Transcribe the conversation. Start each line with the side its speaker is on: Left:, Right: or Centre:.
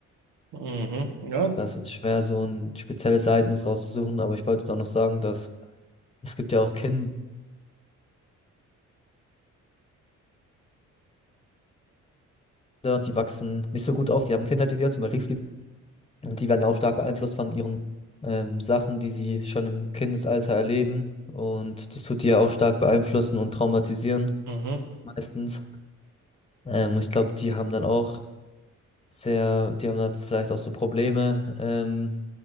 Right: Mhm. Ja.
Left: Das ist jetzt schwer, so ein spezielles Ereignis rauszusuchen, aber ich wollte jetzt auch noch sagen, dass es gibt ja auch Kinder, die wachsen nicht so gut auf, die haben Kindheit wie wir, zum Beispiel Und die werden ja auch stark beeinflusst von ihren ähm, Sachen, die sie schon im Kindesalter erleben. Und das tut die ja auch stark beeinflussen und traumatisieren
Right: Mhm.
Left: meistens. Ähm, und ich glaube, die haben dann auch sehr, die haben dann vielleicht auch so Probleme ähm,